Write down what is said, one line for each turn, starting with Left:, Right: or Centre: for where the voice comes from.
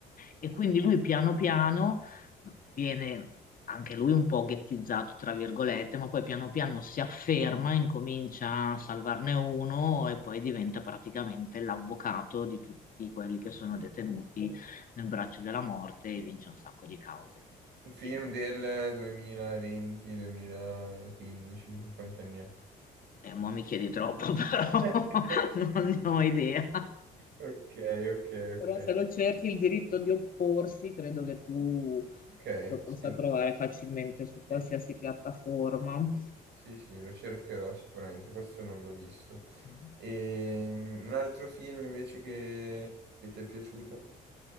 Left: E quindi lui piano piano viene anche lui un po' ghettizzato, tra virgolette, ma poi piano piano si afferma, incomincia a salvarne uno e poi diventa praticamente l'avvocato di tutti quelli che sono detenuti nel braccio della morte e vince un sacco di cause.
Right: Un film
Left: Film.
Right: del 2020, 2015, quanti anni ha?
Left: E mo' mi chiedi troppo, però
Right: <laughs>
Left: <laughs> non ne ho idea.
Right: Ok, ok, ok.
Left: Però se lo cerchi il diritto di opporsi, credo che tu
Right: Ok,
Left: lo possa
Right: sì.
Left: trovare facilmente su qualsiasi
Right: Sì.
Left: piattaforma.
Right: Sì, sì, lo cercherò sicuramente, questo non l'ho visto.
Left: Mm.
Right: E mm, un altro film invece che, che ti è piaciuto?